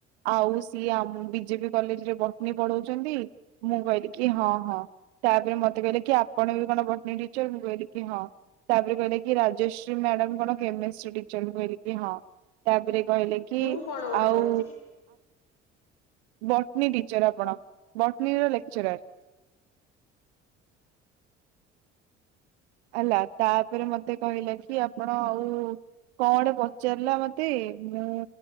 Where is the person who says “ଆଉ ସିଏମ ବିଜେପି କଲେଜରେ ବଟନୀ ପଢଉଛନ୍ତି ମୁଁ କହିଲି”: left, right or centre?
Right